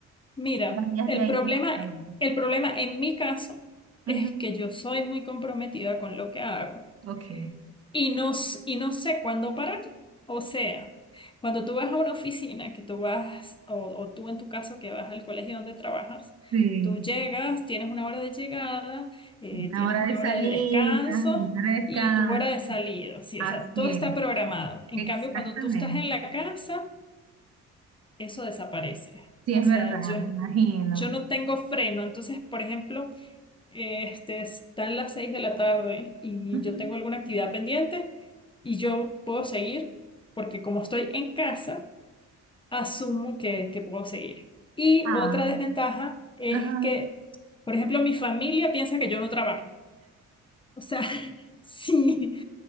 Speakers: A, on the left (about 15°); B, on the right (about 55°).
A: Mira,
B: traías
A: el
B: de ahí
A: problema,
B: de ese trabajo?
A: el problema en mi caso
B: Ujú,
A: es que yo soy muy comprometida con lo que hago.
B: Ok.
A: Y no, s- y no sé cuándo parar. O sea, cuando tú vas a una oficina, que tú vas, o, o tú en tu caso que vas al colegio donde trabajas,
B: Sí.
A: tú llegas, tienes una hora de llegada, eh,
B: Una
A: tienes
B: hora
A: una
B: de salida,
A: hora de descanso
B: una hora de descanso.
A: y tu hora de salida, sí,
B: Así
A: o sea, todo está
B: es,
A: programado. En
B: exactamente.
A: cambio, cuando tú estás en la casa, eso desaparece.
B: Sí,
A: O
B: es
A: sea,
B: verdad,
A: yo,
B: me imagino.
A: yo no tengo freno. Entonces, por ejemplo... Este, están las seis de la tarde y
B: Ujú.
A: yo tengo alguna actividad pendiente y yo puedo seguir porque como estoy en casa, asumo que, que puedo seguir. Y
B: Ah.
A: otra desventaja es
B: Ajá.
A: que, por ejemplo, mi familia piensa que yo no trabajo. O sea, <laughs> sí,